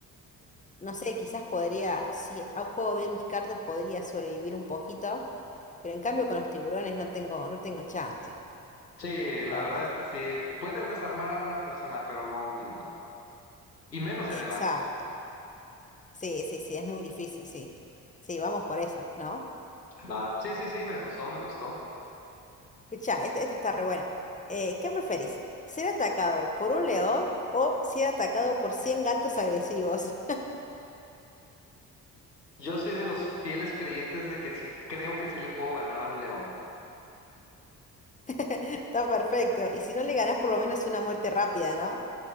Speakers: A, on the left; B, on the left.
A: no sé, quizás podría, si a- juego bien mis cartas, podría sobrevivir un poquito, pero en cambio con los tiburones no tengo, no tengo chance,
B: Sí,
A: la
B: la
A: verdad.
B: verdad es que sí. Puedes desarmar a una persona, pero no a un tiburón. Y menos
A: Exacto.
B: en el agua.
A: Sí, sí, sí, es muy difícil, sí. Sí, vamos por esa, ¿no?
B: Va. Sí, sí, sí, me gustó, me gustó.
A: Escucha, esta, esta está re buena. Eh, ¿qué preferís? ¿Ser atacado por un león o ser atacado por 100 gatos agresivos?
B: Yo soy de los fieles creyentes de que sí, creo que sí le puedo ganar a un león.
A: Está perfecto. Y si no le ganás, por lo menos una muerte rápida, ¿no?